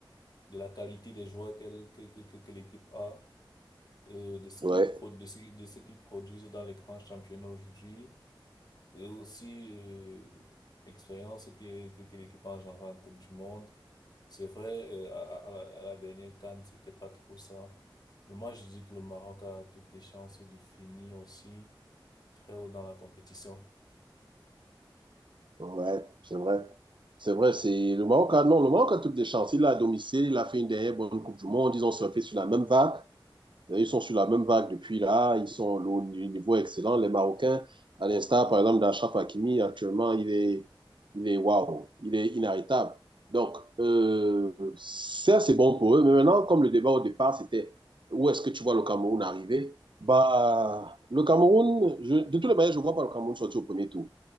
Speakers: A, on the left; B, on the right.
A: de la qualité des joueurs qu'elle, que, que, que, que l'équipe a, euh, de ce
B: Oui.
A: qu'ils pro, de ce, de ce qu'ils produisent dans les grands championnats aujourd'hui, et aussi euh, l'expérience que, que, que l'équipe a engendrée en Coupe du Monde. C'est vrai, euh, à, à, à la à la dernière CAN, c'était pas trop ça. Mais moi, je dis que le Maroc a toutes les chances de finir aussi très haut dans la compétition.
B: Ouais. C'est vrai. C'est vrai, c'est le Maroc a, non, le Maroc a toutes les chances. Il a à domicile, il a fait une dernière bonne Coupe du Monde. Ils ont surfé sur la même vague. Ils sont sur la même vague depuis là. Ils sont au niveau excellent. Les Marocains, à l'instar, par exemple, d'Achraf Hakimi, actuellement, il est, il est waouh, il est inarrêtable. Donc, euh, ça, c'est bon pour eux. Mais maintenant, comme le débat au départ, c'était où est-ce que tu vois le Cameroun arriver? Bah, le Cameroun, je- de toutes les manières, je ne vois pas le Cameroun sortir au premier tour.